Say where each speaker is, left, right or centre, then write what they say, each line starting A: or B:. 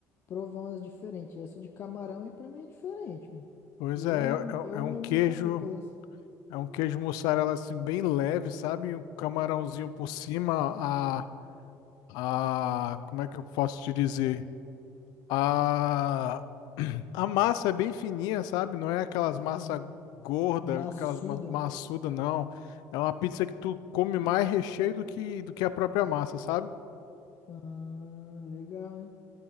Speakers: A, on the left (about 40°); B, on the left (about 85°).
A: provar umas diferentes. E Essa de camarão aí pra mim é diferente, mano.
B: Pois
A: Que eu
B: é,
A: mesmo,
B: é,
A: eu
B: é é um
A: mesmo
B: queijo,
A: nunca vi pelas.
B: é um queijo mussarela assim bem leve, sabe? Um camarãozinho por cima, a, a, como é que eu posso te dizer? A, a massa é bem fininha, sabe? Não é aquelas
A: Sim,
B: massas gorda,
A: maçuda.
B: aquelas ma maçuda, não. É uma pizza que tu come mais recheio do que, do que a própria massa, sabe?
A: Ah, legal, hein?